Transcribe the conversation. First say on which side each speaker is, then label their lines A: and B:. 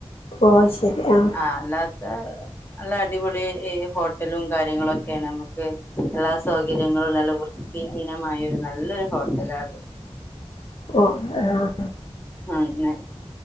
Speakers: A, on the left; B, on the left.
A: ഓ ശരി ആ
B: ആഹ് അല്ല നല്ല അടിപൊളി ടിപൊളി ഹോട്ടലുംകാര്യങ്ങളൊക്കേണ് അമ്മ്ക്ക് എല്ലാസൗകര്യങ്ങളുംനല്ലവൃ വൃത്തിഹീനമായൊരുനല്ലൊരുഹോട്ടലാത്
A: ഓ ആഹ്
B: ആഹ് അങ്ങനെ